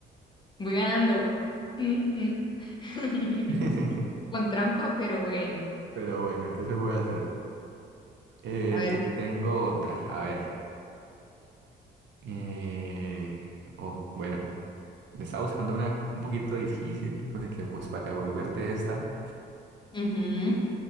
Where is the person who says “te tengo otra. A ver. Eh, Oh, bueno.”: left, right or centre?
Right